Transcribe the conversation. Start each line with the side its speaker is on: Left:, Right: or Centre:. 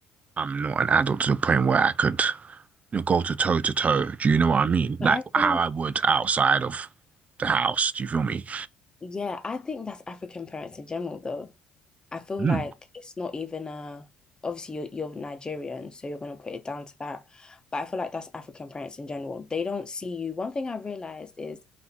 Right: I'm not an adult to the point where I could you know, go to toe to toe. Do you know what I mean?
Left: But
Right: Like
Left: I think,
Right: how I would outside of the house. Do you feel me?
Left: yeah, I think that's African parents in general, though. I feel
Right: Hmm.
Left: like it's not even a obviously you're, you're Nigerian, so you're gonna put it down to that. But I feel like that's African parents in general. They don't see you. One thing I realized is